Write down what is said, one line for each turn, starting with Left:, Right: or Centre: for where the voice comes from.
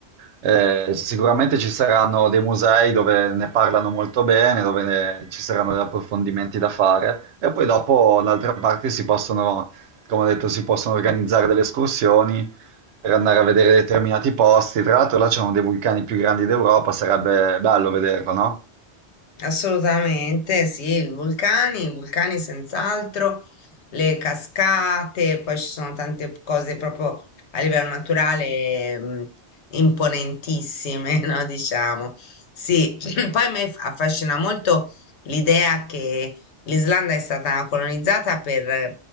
Right: eh, sicuramente ci saranno dei musei dove ne parlano molto bene, dove ne- ci saranno degli approfondimenti da fare e poi dopo d'altra parte si possono, come ho detto, si possono organizzare delle escursioni per andare a vedere determinati posti. Tra l'altro là c'è uno dei vulcani più grandi d'Europa, sarebbe bello vederlo, no?
Left: Assolutamente, sì, i vulcani, i vulcani senz'altro, le cascate, poi ci sono tante cose proprio a livello naturale mh, imponentissime, <laughs> no? Diciamo. Sì, <clears throat> poi a me fa- affascina molto l'idea che l'Islanda è stata colonizzata per,